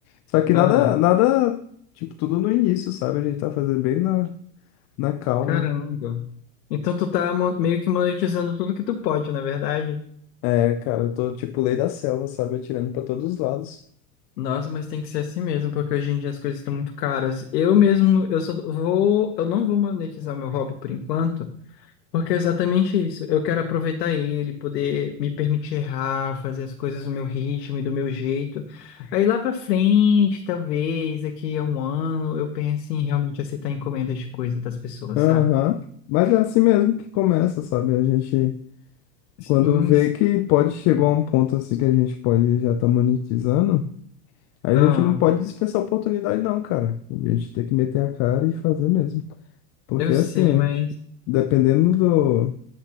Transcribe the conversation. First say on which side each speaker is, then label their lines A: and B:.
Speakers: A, on the left; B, on the left.
A: Só que
B: Ah,
A: nada, nada, tipo, tudo no início, sabe? A gente tá fazendo bem na, na calma.
B: caramba. Então tu tá mo- meio que monetizando tudo que tu pode, na verdade.
A: É, cara, eu tô tipo lei da selva, sabe? Atirando pra todos os lados.
B: Nossa, mas tem que ser assim mesmo, porque hoje em dia as coisas estão muito caras. Eu mesmo, eu só vou, eu não vou monetizar meu hobby por enquanto. Porque é exatamente isso. Eu quero aproveitar ele, poder me permitir errar, fazer as coisas no meu ritmo e do meu jeito. Aí lá pra frente, talvez, daqui a um ano, eu pense em realmente aceitar encomendas de coisa das pessoas,
A: Aham.
B: sabe?
A: Mas é assim mesmo que começa, sabe? A gente,
B: Sim,
A: quando vê
B: sim.
A: que pode chegar a um ponto assim que a gente pode já estar monetizando, a
B: Ah,
A: gente não pode dispensar a oportunidade, não, cara. A gente tem que meter a cara e fazer mesmo. Porque
B: eu sei,
A: assim,
B: mas.
A: dependendo do,